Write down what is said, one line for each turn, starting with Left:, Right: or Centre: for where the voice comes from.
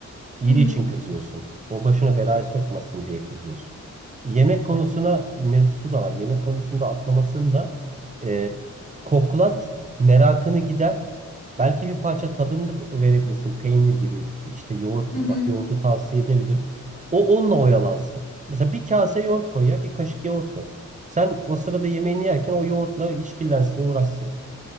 Right: İyiliği
Left: Hı hı.
Right: için kızıyorsun. O başına belaya sokmasın diye kızıyorsun. Yemek konusuna mevzusu da var. Yemek konusunda atlamasını da e, koklat, merakını gider. Belki bir parça tadımlık verebilirsin. Peynir gibi, işte yoğurt
Left: Hı
Right: gibi.
Left: hı.
Right: Bak yoğurdu tavsiye edebilirim. O onunla oyalansın. Mesela bir kase yoğurt koy ya, bir kaşık yoğurt koy. Sen o sırada yemeğini yerken o yoğurtla işkillensin, uğraşsın.